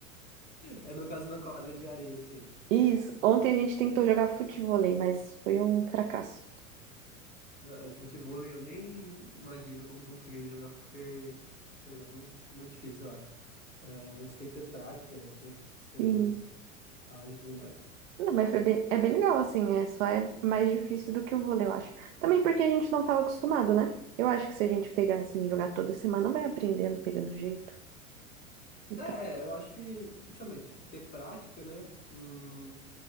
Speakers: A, on the left; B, on the right.
A: É no caso na quadra de areia, assim.
B: Isso. Ontem a gente tentou jogar futevôlei, mas foi um fracasso.
A: Na- é, Futevôlei eu nem imagino como conseguiria jogar, porque, sei lá, não- é muito difícil, eu acho. É, você tem que ter prática, né? Tem que ser
B: Sim.
A: ágil e tudo mais.
B: Não, mas foi bem- é bem legal, assim, é, só é mais difícil do que o vôlei, eu acho. Também porque a gente não estava acostumado, né? Eu acho que se a gente pegar, assim, e jogar toda semana, vai aprendendo, pegando jeito e
A: É,
B: tal.
A: é, eu acho que, justamente, ter prática, né? Hum,